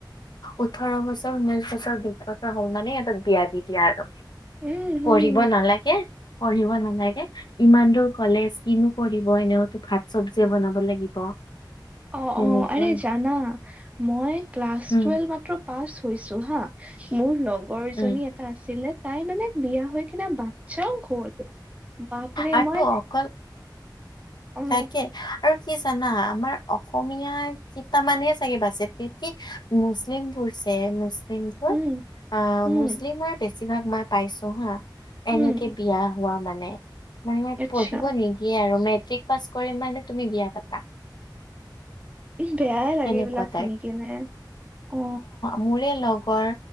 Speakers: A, on the left; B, on the right.
A: ওঠৰ বছৰ, ঊনৈছ বছৰ। <unintelligible> হল মানে সিহঁতক বিয়া দি দিয়া আৰু
B: উম হম
A: পঢ়িব নালাগে পঢ়িব নালাগে ইমান দূৰ কলেজ কিনো পঢ়িব এনেওতো ভাত চব্জিয়ে বনাব লাগিব
B: অ
A: তেনেকুৱা
B: অ আৰে জানা মই ক্লাছ
A: উম
B: টুৱেলভ মাত্ৰ পাছ হৈছো হা মোৰ লগৰ
A: উম
B: জনী এটা আছিলে তাই মানে বিয়া হৈ কিনা বাচ্ছাও হল বাপৰে
A: আৰু
B: মই
A: অকল
B: অ
A: তাকে আৰু কি জানা আমাৰ অসমীয়া কেইটামানহে চাগে বাচ কি মুছলিম বোৰ যে মুছলিম অ
B: উম উম
A: মুছলিমৰ বেছিভাগ মই পাইছো হা
B: উম
A: এনেকে বিয়া হোৱা মানে মানে
B: আচ্ছা
A: পঢ়িব নিদিয়ে আৰু মেট্ৰিক পাছ কৰিম মানে তুমি বিয়া পাতা
B: বেয়াই লাগে
A: তেনেকুৱা
B: এইবিলাক
A: টাইপ
B: শুনি কেনে অ
A: মোৰে লগৰ